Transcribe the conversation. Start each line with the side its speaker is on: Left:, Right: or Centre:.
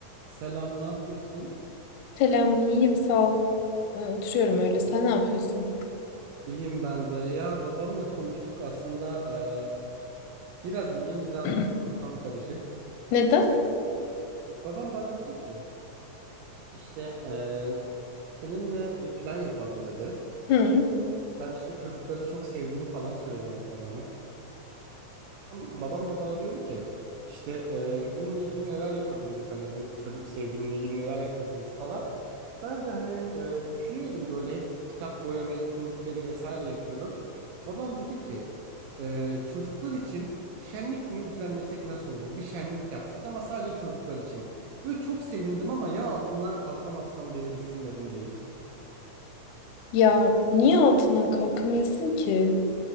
Right: Selam, ne yapıyorsun?
Left: Selam, iyiyim sağ ol. Ee, oturuyorum öyle. Sen ne yapıyorsun?
Right: İyiyim ben de. Ya babamla konuştuk aslında eee, biraz iyiyim, birazcık
Left: <clears throat>
Right: kafam karışık.
Left: Neden?
Right: Babam bana dedi ki işte eee, seninle bir plan yapalım dedi.
Left: Hı.
Right: Ben işte çocukları çok sevdiğimi falan söylüyordum hep babama. Babam babam da bana diyordu ki işte eee, bununla ilgili neler yapabiliriz hani bu çocuk sevginle ilgili neler yapabiliriz falan. Ben de hani eee, düşünüyordum böyle hep kitap boyama etkinlikleri vesaire yapıyordum. Babam dedi ki eee, çocuklar için şenlik günü düzenlesek nasıl olur? Bir şenlik yapsak ama sadece çocuklar için. Böyle çok sevindim ama ya altından kalkamazsam diye de düşünmedim değil.
Left: Ya niye altından kalkamıyorsun ki?